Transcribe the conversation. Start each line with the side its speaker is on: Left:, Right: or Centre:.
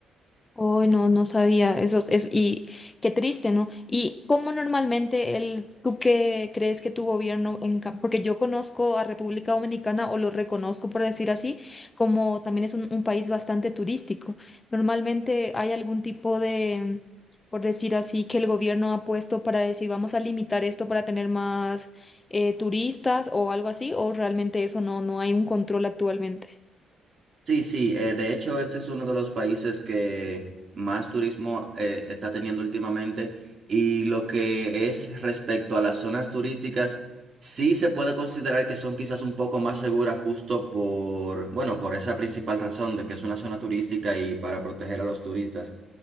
Left: Oh, no, no sabía eso, es y qué triste, ¿no? ¿Y cómo normalmente el, tú qué crees que tu gobierno, en, ca- porque yo conozco a República Dominicana o lo reconozco por decir así, como también es un, un país bastante turístico. Normalmente hay algún tipo de, por decir así, que el gobierno ha puesto para decir, vamos a limitar esto para tener más eh, turistas o algo así, o realmente eso no, no hay un control actualmente.
Right: Sí, sí, eh, de hecho este es uno de los países que más turismo eh, está teniendo últimamente y lo que es respecto a las zonas turísticas, sí se puede considerar que son quizás un poco más seguras justo por, bueno, por esa principal razón de que es una zona turística y para proteger a los turistas.